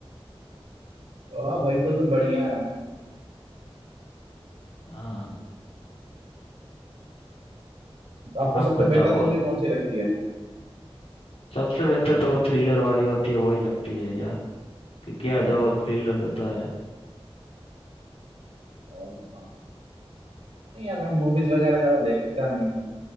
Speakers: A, on the right; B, on the left.
A: हाँ भाई तो तो बढ़िया है
B: हाँ
A: आपको
B: आप
A: सबसे
B: बताओ
A: बेहतर
B: और
A: मूवी कौन सी लगती है
B: सबसे बेहतर तो वो थ्रिलर वाली होती है वही लगती है यार कि क्या जो थ्रिलर रहता है
A: ओ, हाँ नहीं यार मैं मूवीज वगैरह ज्यादा देखता नहीं